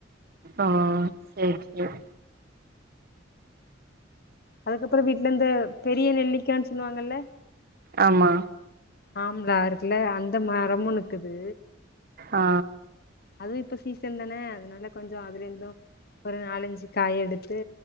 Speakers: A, on the right (about 50°); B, on the left (about 55°).
A: ஆ சேரி சேர்
B: அதுக்கு அப்றோ வீட்ல இருந்து பெரிய நெல்லிக்கானு சொல்வாங்க இல்ல
A: ஆமா
B: ஆம்லா இருக்குல அந்த மரமு இக்குது
A: ஆ
B: அதுவு இப்ப சீசன் தானே அதனால கொஞ்ச அதுல இருந்து ஒரு நாலஞ்சி காய் எடுத்து